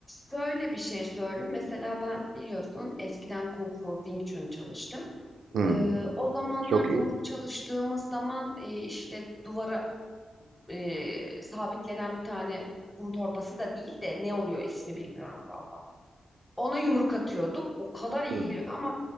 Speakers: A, in the centre; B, on the right.
A: şöyle bir şey söyleyeyim. Mesela ben biliyorsun eskiden Kung Fu Wing Chun çalıştım.
B: hmm,
A: Ee, o zamanlar
B: çok
A: yumruk
B: iyi.
A: çalıştığımız zaman e, işte duvara e, sabitlenen bir tane kum torbası da değil de ne oluyor ismi bilmiyorum valla. Ona yumruk atıyorduk. O kadar iyi
B: Hmm.
A: geliyor ki ama